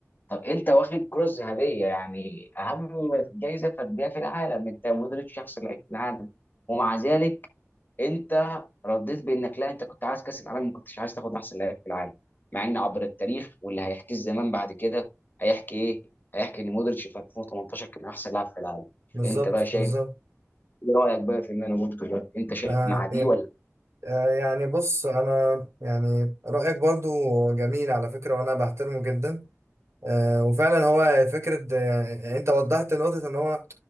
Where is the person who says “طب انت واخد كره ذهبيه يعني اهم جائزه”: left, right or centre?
Left